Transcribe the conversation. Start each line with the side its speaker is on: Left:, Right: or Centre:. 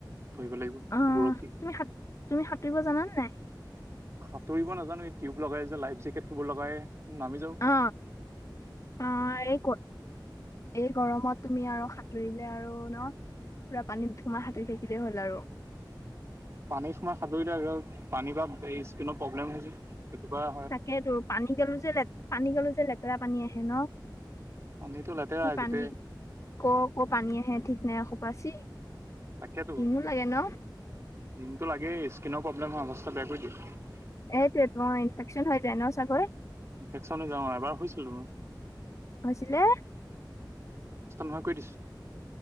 Right: ধৰিব লাগিব
Left: অ
Right: বৰশী।
Left: তুমি সাত তুমি সাঁতুৰিব জানানে নাই
Right: সাঁতুৰিব নাজানো এই টিউব লগাই যে লাইফ জেকেট সেইবোৰ লগাই নামি যাব
Left: অ
Right: পাৰোঁ।
Left: অ এই এই গৰমত তুমি আৰু সাঁতুৰিলে আৰু পুৰা পানীত সোমাই হাতুৰী থাকিলেই হ'ল আৰু।
Right: পানীত সোমাই সাতুৰিলে পানীৰ পা এই স্কিনাৰ প্ৰব্লেম হয় যে। সেইটো পৰা
Left: তাকেইতো পানী গালো যে পানী গলো যে লেতেৰা পানী আহে ন।
Right: পানীটো লেতেৰা
Left: কি পানী
Right: গোটেই
Left: ক' ক' পানী আহে ঠিক নাইসোপা চি।
Right: তাকেতো
Left: ঘিনো
Right: দিনটো
Left: লাগে ন
Right: লাগেই স্কিনৰ প্ৰব্লেম হয় অৱস্থা বেয়া কৰি দিয়ে।
Left: এটো এ তো ইনফেকশন হৈ যায় ন চাগৈ।
Right: ইনফেকশ্যন হৈ যাও এবাৰ হৈছিলটো মোৰ।
Left: কৈছিলে
Right: নোহয় কৰি দিছ